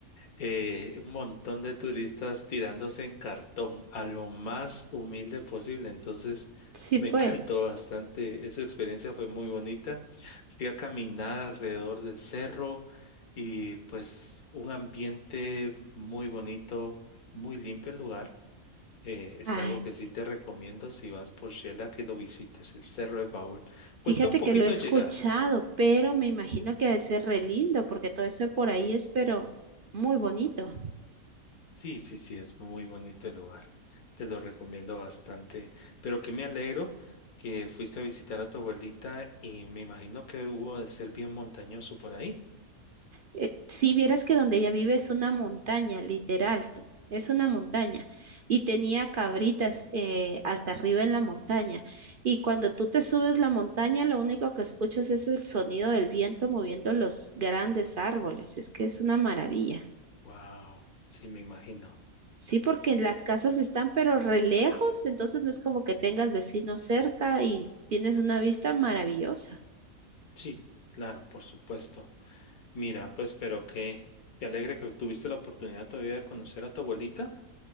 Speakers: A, on the left; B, on the right.
A: eh, un montón de turistas tirándose en cartón a lo más humilde posible. Entonces,
B: Sí,
A: me
B: pues.
A: <laughs> encantó bastante. Esa experiencia fue muy bonita. Fui a caminar alrededor del cerro y pues un ambiente muy bonito, muy limpio el lugar. Eh, es
B: Ay,
A: algo que
B: sí.
A: sí te recomiendo si vas por Shela que lo visites, el Cerro del Baúl. Cuesta
B: Fíjate
A: un poquito
B: que lo he escuchado,
A: llegar.
B: pero me imagino que ha de ser re lindo porque todo eso por ahí es, pero muy bonito.
A: Sí, sí, sí, es muy bonito el lugar. Te lo recomiendo bastante. Pero que me alegro que fuiste a visitar a tu abuelita y me imagino que hubo de ser bien montañoso por ahí.
B: eh, si vieras que donde ella vive es una montaña, literal, tú, es una montaña. Y tenía cabritas eh, hasta arriba en la montaña. Y cuando tú te subes la montaña, lo único que escuchas es el sonido del viento moviendo los grandes árboles. Es que es una maravilla.
A: Wow, sí, me imagino.
B: Sí, porque las casas están pero re lejos, entonces no es como que tengas vecinos cerca y tienes una vista maravillosa.
A: Sí, claro, por supuesto. Mira, pues, pero que, qué qué alegre que tuviste la oportunidad todavía de conocer a tu abuelita.